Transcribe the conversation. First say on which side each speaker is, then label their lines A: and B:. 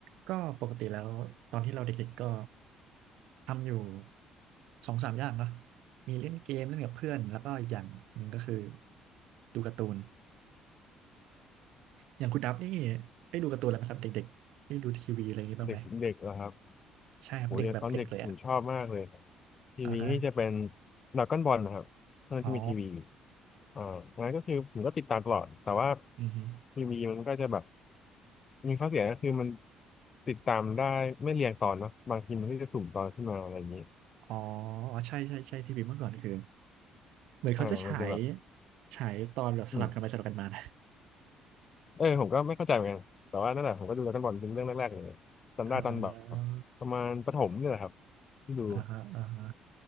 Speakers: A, on the right; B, on the left.
A: ก็ปกติแล้วตอนที่เราเด็กๆก็ทำอยู่สองสามอย่างเนาะมีเล่นเกมเล่นกับเพื่อนแล้วก็อีกอย่างหนึ่งก็คือดูการ์ตูนอย่างคุณดับนี่ได้ดูการ์ตูนอะไรไหมครับเด็กๆได้ดูทีวีอะไรอย่างงี้บ้างไหม
B: เด็กเด็กเหรอครับ
A: ใช่ครับเด็กแบบเด็กเลยอะ
B: โหยังตอนเด็กผมชอบมากเลยทีวีนี่จะเป็น
A: อ่าฮะ
B: ดราก้อนบอลนะครับเนื่อนที่มีทีวี
A: อ๋อ
B: อ่างั้นก็คือผมก็ติดตามตลอดแต่ว่า
A: อือฮึ
B: ทีวีมันก็จะแบบมีข้อเสียก็คือมันติดตามได้ไม่เรียงตอนเนาะบางทีมันก็จะสุ่มตอนขึ้นมาอะไรอย่างนี้
A: อ๋อใช่ใช่ใช่ทีวีเมื่อก่อนคือเหมือนเขาจะฉาย
B: อ่ามันจะแบบ
A: ฉายตอนแบบสลับกันไปสลับกันมานะ
B: อืมเออผมก็ไม่เข้าใจเหมือนกันแต่ว่านั่นแหละผมก็ดูดราก้อนบอลเป็นเรื่องแรกๆเลย
A: <laughs>
B: จำได้ตอนแบบ
A: อ่า
B: ประมาณประถมเนี่ยแหละครับที่ดู
A: อ่าฮะอ่าฮะ